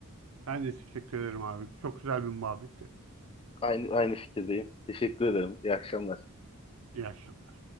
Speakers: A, on the right (about 70°); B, on the left (about 25°).
A: Ben de teşekkür ederim abi. Çok güzel bir muhabbetti.
B: Aynı aynı fikirdeyim. Teşekkür ederim. İyi akşamlar.
A: İyi akşamlar.